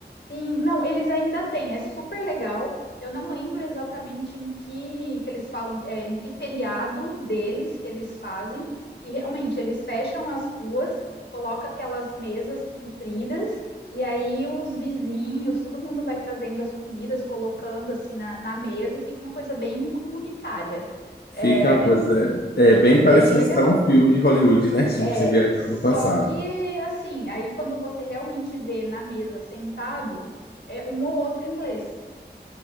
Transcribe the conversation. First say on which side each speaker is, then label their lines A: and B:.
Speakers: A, on the left (about 80°); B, on the left (about 65°).
A: Sim, não, eles ainda têm, é super legal. Eu não lembro exatamente em que, que eles falam, é, em que feriado deles que eles fazem, e realmente eles fecham as ruas, coloca aquelas mesas compridas, e aí os vizinhos, todo mundo vai trazendo as comidas, colocando assim na, na mesa, e fica uma coisa bem comunitária.
B: Fica
A: é
B: uma coisa.
A: é-
B: É, é bem
A: é bem
B: parece
A: legal.
B: que você está num filme de Hollywood, né? <laughs> Se
A: É,
B: você viajou
A: só
B: no passado.
A: que assim, aí quando você realmente vê na mesa sentado, é um ou outro inglês.